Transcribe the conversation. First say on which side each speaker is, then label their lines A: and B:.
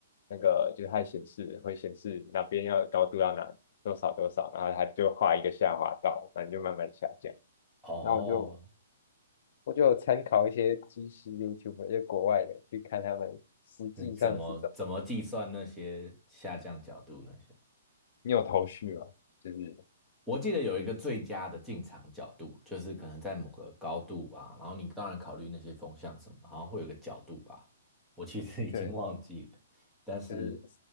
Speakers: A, on the left; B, in the centre.
A: 那个就是它显示会显示哪边要高度要哪多少多少，然后它就画一个下滑道，反正就慢慢下降。
B: 哦，
A: 那我就我就有参考一些即时 YouTube，就国外的去看他们实际上是怎么。
B: 是怎么怎么计算那些下降角度那些？
A: 你有头绪吗？就是
B: 我记得有一个最佳的进场角度，就是可能在某个高度吧，然后你当然考虑那些风向什么的，好像会有个角度吧。我其实 <laughs> 已经忘记了，
A: 对，
B: 但是，
A: 就是